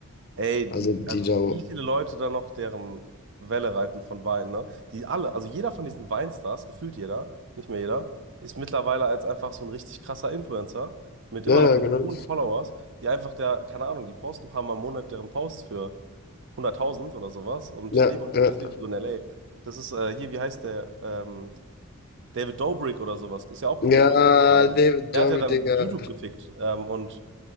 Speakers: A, on the right (about 55°); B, on the left (about 45°).
A: Ey,
B: Also
A: die,
B: die
A: also
B: da.
A: wie viele Leute da noch deren Welle reiten von Wein, ne? Die alle, also jeder von diesen Weinstars, gefühlt jeder, nicht mehr jeder, ist mittlerweile als einfach so ein richtig krasser Influencer mit
B: Ja,
A: immer noch
B: ja,
A: Millionen
B: genau.
A: Followers, die einfach der, keine Ahnung, die posten ein paar Mal im Monat deren Posts für 100.000 oder sowas und
B: Ja,
A: leben halt
B: ja.
A: das Leben so in L.A. Das ist äh, hier, wie heißt der? Ähm, David Dobrik oder sowas, ist ja auch
B: Ja,
A: ursprünglich Wein.
B: David Dobrik,
A: Der hat ja dann
B: Digga.
A: YouTube gefickt ähm, und